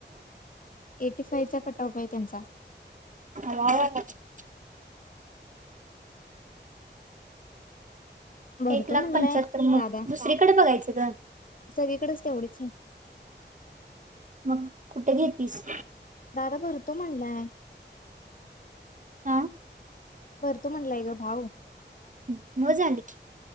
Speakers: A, on the left; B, on the right.
A: एटी फाईवचा कटा उ का आहे त्यांचा
B: ह
A: भरतो
B: एक लाख
A: म्हणलाय
B: पंच्याहत्तर मग
A: दादा.
B: दुसरीकडे बघायचं ग
A: सगळीकडेच तेवढीच आहे
B: मग कुठे येेतस
A: दादा भरतो म्हणलाय
B: हा
A: भर तो म्हणलाय ग भाऊ
B: मग झाली की.